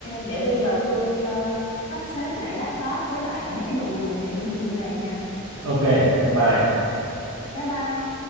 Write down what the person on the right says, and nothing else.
Ok, bye bye.